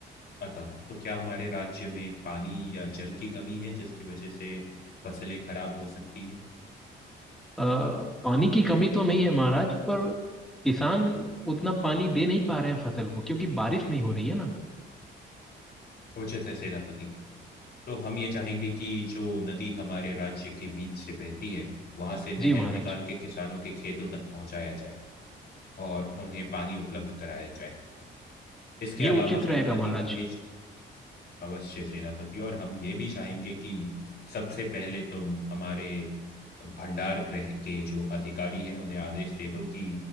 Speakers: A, on the left; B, in the centre.
A: अतः तो क्या हमारे राज्य में पानी या जल की कमी है जिसकी वजह से फसलें खराब हो सकती हैं
B: अ, पानी की कमी तो नहीं है महाराज पर किसान उतना पानी दे नहीं पा रहे हैं फसल को क्योंकि बारिश नहीं हो रही है ना
A: उचित है सेनापति तो हम ये चाहेंगे कि जो नदी हमारे राज्य के बीच से बहती है वहां से नहर
B: जी महाराज
A: निकाल के किसानों के खेतों तक पहुंचाया जाए और उन्हें पानी उपलब्ध कराया जाए इसके
B: ये
A: अलावा
B: उचित रहेगा
A: सेनापति
B: महाराज
A: हम ये अवश्य सेनापति और हम ये भी चाहेंगे कि सबसे पहले तुम हमारे भंडार गृह के जो अधिकारी हैं उन्हें आदेश दे दो कि